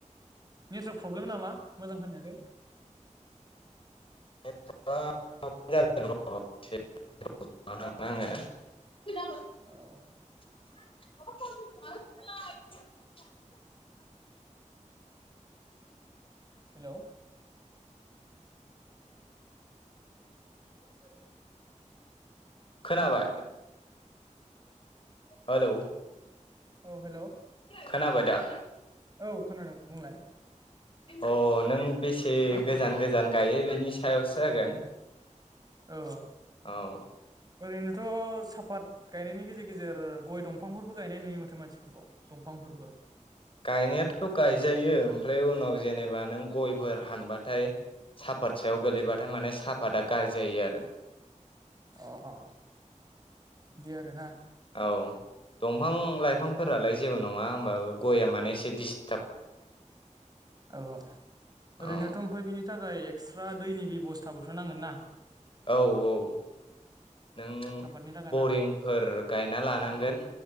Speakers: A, on the right (about 30°); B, on the left (about 45°).
A: नेटवार्क प्रब्लेम नामा मोजां खोनायाखै।
B: <unintelligible>
A: औ
B: <unintelligible>
A: हेलौ <unintelligible>
B: खोनाबाय? हेलौ
A: औ हेलौ
B: खोनाबाय दा?
A: औ खोनादों बुंलाय।
B: अ नों बेसे गोजान गोजान गायो बेनि सायावसो जागोन।
A: औ
B: औ
A: ओरैनोथ' साफात गायनायनि गेजेर गेजेर गय दंफांफोरबो गायनाय नुयो माथो मानसिफोरखौ दंफांफोरबो
B: गायनायाथ' गायजायो ओमफ्राय उनाव जेनेबा नों गयफोर हानबाथाय सापात सायाव गोलैबाथाय माने सा पादा गारजि जायो आरो
A: अ अ बिदि आरोना
B: औ दंफां लाइ फांफोरालाय जेबो नङा होनोमबाबो गया मे एसे दिस
A: औ ओरैनोथ'
B: औ
A: ओमफाय बिनि थाखाय एक्सट्रा दैनि बेबस्थाबोथ' नांगोन ना
B: औ औ नों
A: सापातनि थाखाय
B: बरिंफोर
A: ना
B: गायना लानांगोन